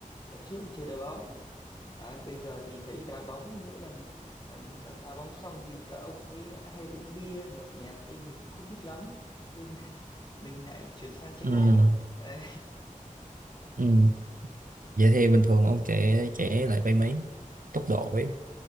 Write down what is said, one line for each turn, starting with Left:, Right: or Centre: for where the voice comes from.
Left: đợt trước thì chơi đá bóng Đấy, bây giờ thì thấy đá bóng thì mỗi lần ờ, các đá bóng xong thì các ông ấy hay uống bia nhậu nhẹt nên mình cũng không thích lắm nên <laughs> mình lại chuyển sang chạy
Right: ừ.
Left: bộ đấy
Right: Ừ. Vậy thì bình thường ông chạy chạy lại vay mấy tốc độ ấy.